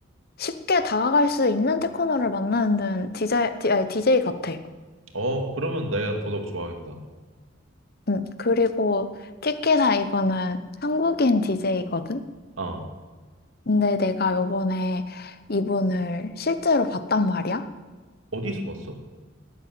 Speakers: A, on the left; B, on the right.
A: 쉽게 다가갈 수 있는 테크노를 만나는 DJ, 디- 아니, DJ 같아.
B: 어, 그러면 내가 더더욱 좋아하겠다.
A: 응. 그리고 특히나 이분은 한국인 DJ거든?
B: 아,
A: 근데 내가 요번에 이분을 실제로 봤단 말이야.
B: 어디서 봤어?